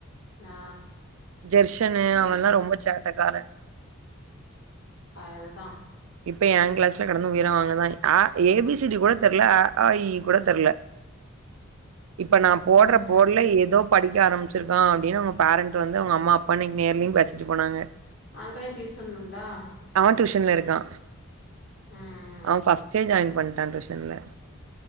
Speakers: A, on the left; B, on the right.
A: நா
B: ஜெர்ஷனு அவன்லா ரொம்ப சேட்டக்கார
A: அதுதா
B: இப்ப எ கிளாஸ்ல கடந்து உயிரவாங்கதா அ ஏபிசிடி கூட தெரில அ ஆ இ கூட தெரில இப்ப நா போடுற
A: ம்
B: போடுல ஏதோப் படிக்க ஆம்பிச்சிருக்கா அப்டின்னு அங்க பேரண்ட் வந்து அவங்க அம்மா அப்பா இன்னைக்கு நேர்லேயு பேசிட்டு போனாங்க
A: அது பயன் டியூசன்னுன்டா
B: அவ டியூஷன்ல இருக்கா
A: ம்
B: அவ ஃபஸ்ட்டே ஜாயின் பண்ணிட்டா டியூஷன்ல